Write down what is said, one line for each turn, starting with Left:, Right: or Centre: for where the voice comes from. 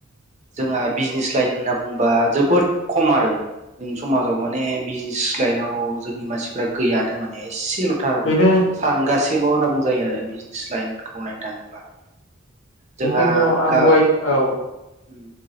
Right: जोंहा बिजनेस लाइन होनना बुंबा जोबोद खम आरो जों समाजाव माने बिजनेस लाइनाव जोंनि मानसिफ्रा गैयानो माने एसे से ल'थार
Left: बेनो
Right: माने सानगासे एसेल' होनना बुजायो आरो बिजनेस लाइनखौ खौ नायनो थाङोब्ला जोंहा
Left: बेखायनोथ' आं
Right: गा
Left: दहाय औ
Right: उम